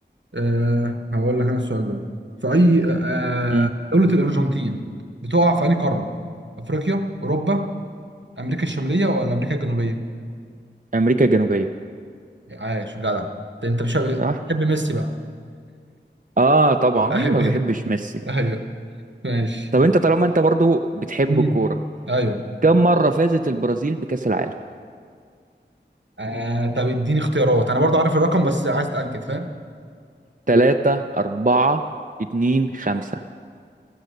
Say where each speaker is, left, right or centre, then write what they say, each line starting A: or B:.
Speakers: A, on the right; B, on the right.
A: أه هقول لك انا السؤال ده في اي أه
B: مم.
A: دولة الارجنتين بتقع في اي قارة افريقيا اوروبا امريكا الشمالية ولا امريكا الجنوبية
B: امريكا الجنوبيه
A: عاش جدع ده انت مش بتحب
B: صح
A: ميسي بقى
B: اه طبعا
A: <laughs>
B: مين ما بيحبش ميسي
A: ايوه ماشي
B: طب انت طالما انت برضو بتحب
A: مم.
B: الكوره
A: ايوه
B: كم مره فازت البرازيل بكاس العالم
A: آه طب اديني اختيارات انا برضه عارف الرقم بس عايز اتاكد فاهم
B: ثلاثة أربعة اتنين خمسة